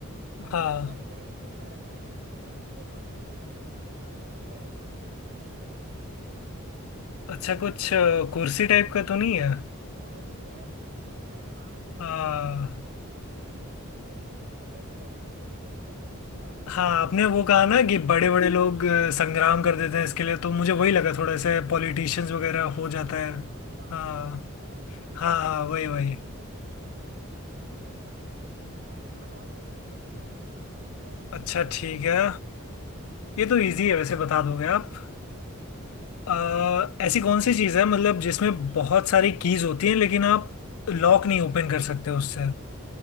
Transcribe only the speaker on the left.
हाँ
अच्छा कुछ अ, कुर्सी टाइप का तो नहीं है
हाँ
हाँ
आपने वो कहा ना कि बड़े बड़े लोग अ, संग्राम कर देते
हैं इसके लिए तो मुझे वही लगा थोड़ा सा पॉलिटिशियंस वगैरह
हो जाता
है
हाँ
हाँ हाँ
वही
वही
अच्छा
ठीक
है
ये तो इजी है वैसे बता दोगे आप
अ,
ऐसी कौन सी चीज़ है मतलब जिसमें बहुत सारी कीज होती हैं लेकिन आप लॉक नहीं ओपन कर सकते उससे